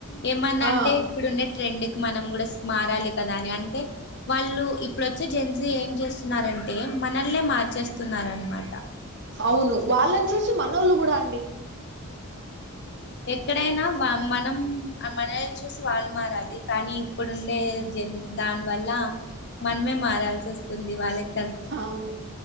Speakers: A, on the left (about 50°); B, on the right (about 50°).
A: ఏమన్న
B: ఆ
A: అంటే ఇప్పుడుండే ట్రెండ్ కి మనం కూడా మారాలి కదా అని అంటే వాళ్ళు ఇప్పుడు వచ్చే జెన్స్ ఏం చేస్తున్నారంటే మనల్నే మార్చేస్తున్నారన్నమాట
B: అవును వాళ్ళని చూసి మనోళ్లు కూడా అండి
A: ఎక్కడైనా వా మనం మనల్ని చూసి వాళ్ళు మారాలి కానీ ఇప్పుడు ఉండె జెన్ దాని వల్ల మనమే మారాల్సి వస్తుంది వాళ్ళక్
B: అవును